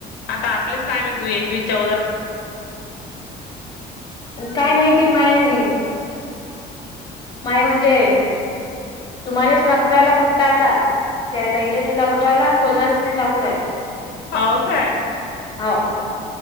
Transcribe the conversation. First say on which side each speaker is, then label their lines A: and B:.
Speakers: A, on the left; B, on the left.
A: आता आपलेच कायम आहे तू एकवीस चौ
B: काय माहितीय माय माय म्हणजे, तुम्हालाच लागू राहिला फक्त आता, त्यातैलेने लागू राहिला आणि कोणालाच नाही लागू राहिला.
A: हो काय
B: हाव.